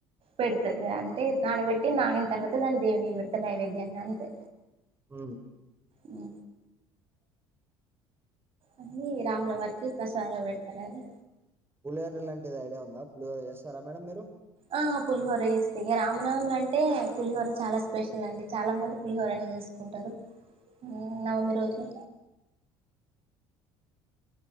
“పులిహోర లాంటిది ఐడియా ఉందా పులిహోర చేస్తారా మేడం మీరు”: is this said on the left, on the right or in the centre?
Right